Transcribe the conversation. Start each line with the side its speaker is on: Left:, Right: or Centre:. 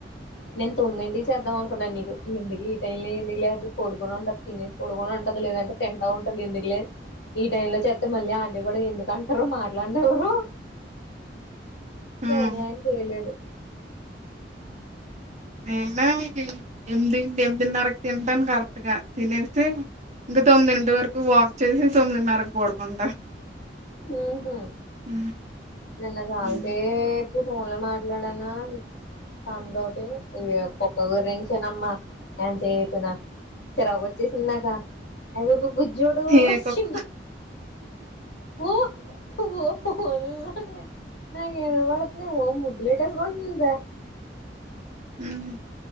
Left: నేను తొమ్మిదింటికి చేద్దామనుకున్నాన్ నీకు ఎందుకులే ఈ టైమ్ లో ఎందుకులే పడుకొనుంటది, తినేసి పడుకొని ఉంటది. లేదంటె తింటావుంట ఎందుకులే ఈ టైం లో చేత్ టె మళ్ళీ ఆంటి గూడ ఎందుకంటరు మాట్లాడనివరు సర్లే
Right: ఉమ్
Left: అని చేయలేదు
Right: నేనా ఎన్దిమ్టి ఎమిదిన్నరకు తింటాను కరెక్ట్గా తినేసి ఇంక తొమ్మిదింటి వరకు వాక్ చేసి తొమ్మిదిన్నరకు పడుకుంటా
Left: ఉమ్ హు
Right: ఉమ్,
Left: నిన్న చాలసేప్
Right: ఉమ్.
Left: ఫోన్ల మాట్లాడానా అంతోటి ఈ పొక్క గురించేనమ్మా ఎంత్సేపు చిరాకోచ్చేసింద్నాక అవును బుజ్జోడు
Right: ఏ
Left: అచ్చిండ
Right: కుక్క
Left: ఓ ఓ పోళ్ళనే నాకిన బడ్తుంది ఓ ముద్దులేట్టేసుకుంటున్డ్రా
Right: ఉమ్ హు,